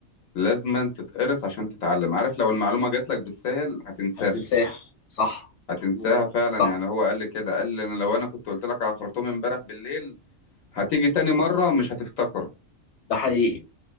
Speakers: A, on the left; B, on the left.
A: لازم تتقرص عشان تتعلم عارف لو المعلومة جات لك بالسهل هتنساها
B: هتنساه صح
A: هتنساها
B: هو
A: فعلا
B: صح
A: يعني هو قال لي كده قال لي انا لو انا كنت قلت لك على خرطوم امبارح بالليل هتيجي تاني مرة مش هتفتكر
B: ده حقيقي